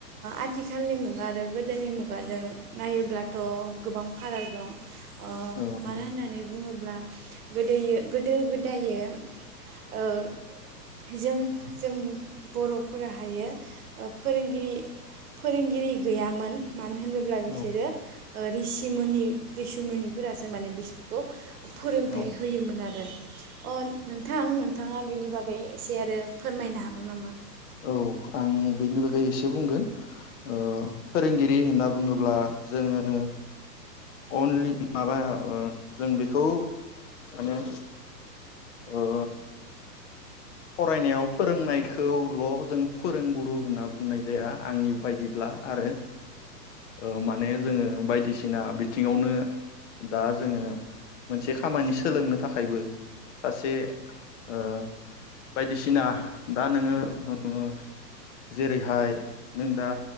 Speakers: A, on the right (about 60°); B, on the left (about 45°).
A: आथिखालनि मुगा आरो गोदोनि मुगाजों नायोब्लाथ' गोबां फाराग दं। अ
B: नंगौ
A: मानो होननानै बुङो ब्ला गोदोयो गोदो गो दायो ओ जों जों बर'फोराहायो ओ फोरोंगिरि फोरोंगिरि गैयामोन। मानो होनोब्ला बिसोरो
B: औ
A: ओ रिसिमोनि रिसिमोनिफोरासो माने बिसोरखौ फोरोंथाइ
B: औ
A: होयोमोन आरो। अ नोंथां नोंथाङा बिनि बाग बै एसे आरो फोरमायनो हागोन नामा?
B: औ आं बेनि बागै एसे ए बुंगोन ओ फोरोंगिरि होनना बुङोब्ला जोङो अनलि माबा ओ जों बे खौ माने ओ फरायनायाव फोरोंनायखौल' जों फोरोंगु गु होनाप बुंनाय जाया आंनि बायदिब्ला। आरो ओ माने जोङो बायदिसिना बिथिङावनो दा जोङो मोनसे खामानि सोलोंनो थाखायबो सासे ओ बायदिसिना दा नोङो ओ जेरैहाय नों दा